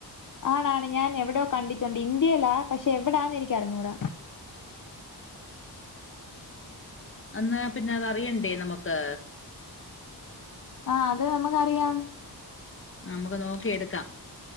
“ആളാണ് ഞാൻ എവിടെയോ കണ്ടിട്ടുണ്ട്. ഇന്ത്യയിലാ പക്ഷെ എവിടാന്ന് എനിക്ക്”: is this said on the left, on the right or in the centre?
Left